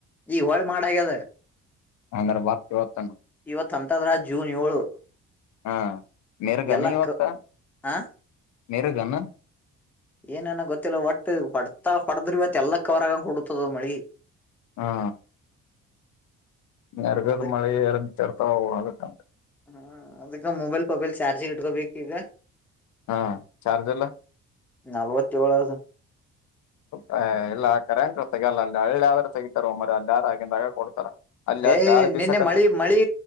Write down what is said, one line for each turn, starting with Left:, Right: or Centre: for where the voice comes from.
Centre: ಈಗ ಹೊಳ್ಳ ಮಾಡ್ ಆಗ್ಯದ
Left: ಅಂದ್ರ ಬರ್ತ ಇವತ್ತನ
Centre: ಇವತ್ ಹಂತದ್ರಾಗ್ ಜೂನ್ ಏಳು
Left: ಹಾ ಮಿರಗನ
Centre: ಎಲ್ಲಾ
Left: ಇವತ್ತ
Centre: ಕ ಆ
Left: ಮೀರಗನು
Centre: ಏನೇನ ಗೊತ್ತಿಲ್ಲ ಒಟ್ಟ ಹೋಡ್ತಾ ಹೊಡಡ್ರಾ ಇವತ್ ಎಲ್ಲಾ ಕವರ್ ಆಗಕ ಕೂಡತದ ಮಳಿ
Left: ಹಾ ಮೀರಗಾದ
Centre: ಅದಕ್
Left: ಮಳಿ ಇರಂತರ್ ತೊ ಅದಕ್ ಅಂದ್
Centre: ಹ್ಮ ಅದಕ್ಕ ಮೊಬೈಲ್ ಪೊಬೈಲ್ ಚಾರ್ಜಿಗ ಇಟ್ಕೋಬೇಕ ಈಗ
Left: ಹಾ ಚಾರ್ಜರ್ಲ್ಲ.
Centre: ನಲ್ವತ್ತೇಳ ಅದ
Left: ಹೆ ಇಲ್ಲ. ಕರೆಂಟ್ ತೆಗಲ್ಲ ಹಳ್ಳಿ ಆದ್ರರು ತೆಗಿತಾರ ಒಮ್ಮ್ರ ಎಲ್ಲ ಯಾರ ಆಗಂದಾಗ ಕೊಡ್ತಾರ. ಅಲ್ಲಿ
Centre: ಏ
Left: ಗಾಳಿ ಬೀಸಕತ್ತ
Centre: ನಿನ್ನೆ ಮಳಿ ಮಳಿ